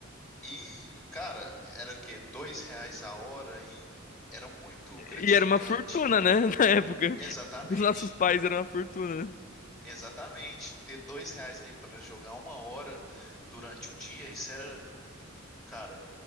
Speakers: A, in the centre; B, on the left.
A: E, cara, era o quê? Dois reais a hora e era muito gratificante.
B: E era uma fortuna, né? <laughs> Na época.
A: Exatamente,
B: Os nossos pais eram uma fortuna, né?
A: exatamente. Ter dois reais ali para jogar uma hora durante o dia, isso era, cara,